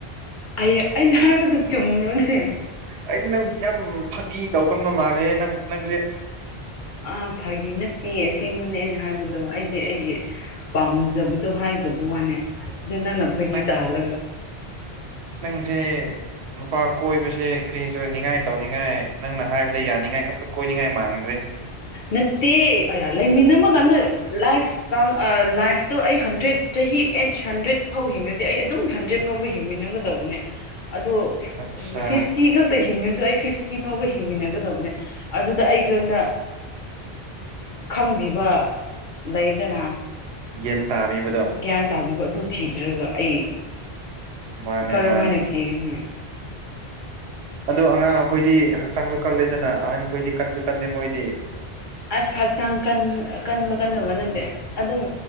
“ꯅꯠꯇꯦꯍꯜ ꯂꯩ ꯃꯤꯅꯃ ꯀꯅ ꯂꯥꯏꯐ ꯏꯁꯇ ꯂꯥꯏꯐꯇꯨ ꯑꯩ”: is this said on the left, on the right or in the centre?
Left